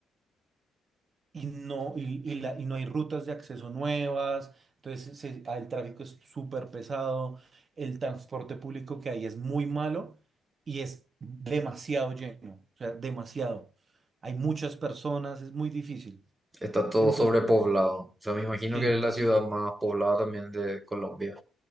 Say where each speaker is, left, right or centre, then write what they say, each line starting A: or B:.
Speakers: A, on the right; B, on the right.
A: y no, y, y la- y no hay rutas de acceso nuevas, entonces se- ah, el tráfico es súper pesado, el transporte público que hay es muy malo y es demasiado lleno, o sea, demasiado. Hay muchas personas, es muy difícil.
B: está todo
A: Entonces,
B: sobrepoblado. O sea, me imagino
A: sí.
B: que es la ciudad más poblada también de Colombia.